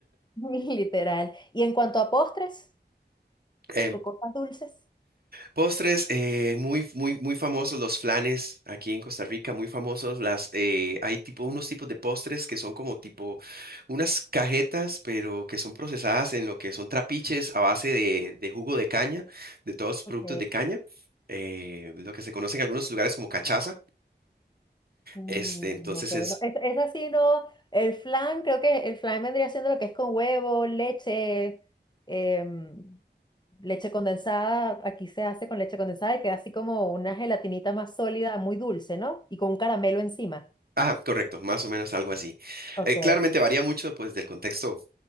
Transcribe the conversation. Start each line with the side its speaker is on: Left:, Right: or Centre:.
Left: <laughs> Literal. Y en cuanto a postres
Right: <laughs>
Left: o cosas dulces,
Right: Postres, eh, muy, muy, muy famosos los flanes aquí en Costa Rica, muy famosos. Las, eh, hay tipo, unos tipos de postres que son como tipo unas cajetas, pero que son procesadas en lo que son trapiches a base de, de jugo de caña, de todos los productos
Left: Ok,
Right: de caña, eh, lo que se conoce en algunos lugares como cachaza.
Left: mm,
Right: Este, entonces
Left: ok,
Right: es,
Left: no, es, es así, ¿no? El flan, creo que el flan vendría siendo lo que es con huevo, leche, em, leche condensada, aquí se hace con leche condensada y queda así como una gelatinita más sólida, muy dulce, ¿no? Y con un caramelo encima.
Right: ah, correcto, más o menos algo así.
Left: ok,
Right: Eh, claramente varía mucho pues del contexto